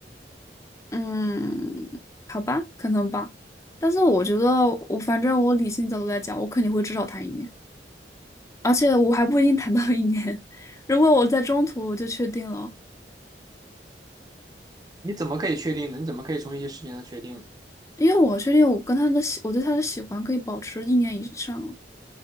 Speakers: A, on the left (about 20°); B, on the right (about 20°).
A: 嗯，好吧，可能吧。但是我觉得我反正我理性角度来讲，我肯定会至少谈一年，而且我还不一定谈到一年。<laughs> 如果我在中途我就确定了，
B: 你怎么可以确定呢？你怎么可以从一些事情上确定呢？
A: 因为我确定我跟他的喜，我对他的喜欢可以保持一年以上。